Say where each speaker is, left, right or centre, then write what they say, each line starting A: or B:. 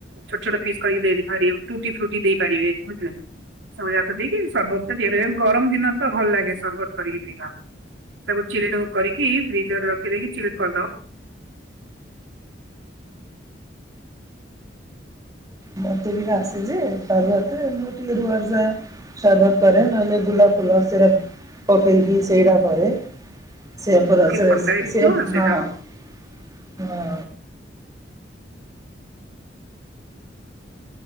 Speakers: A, on the right; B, on the right.
A: ଛୋଟ ଛୋଟ ପିସ୍ କରି ଦେଇ ପାରୁ ଟି ଦେଇ ପାରିବେ ବୁଝିଲେ ସବୁ ଯାକ ଦେଇକି ସର୍ବତ ଟା ଗରମ ଦିନ ତ ଭଲ ଲାଗେ ସର୍ବତ କରିକି ପିବା। ତାକୁ ଚିିଲଡ କରିକି ଫ୍ରିଜରରେ ରଖି ଦେଇକି ଚିଲ୍ କରିଦବ।
B: ମତେ ବି ଆସେ ଯେ ତର ବତେ ମୁଁ ଟିକେ ରୁଆଯା ସର୍ବତ କରେ ନହେଲେ ଗୋଲାପ ଫୁଲ ସେଟା ପକେଇବି ସେଇଟା କରେ। ହଁ
A: ଟିକେ ଥଣ୍ଡା ହେଇଯିବ ସେଇଟାକୁ
B: ହଁ।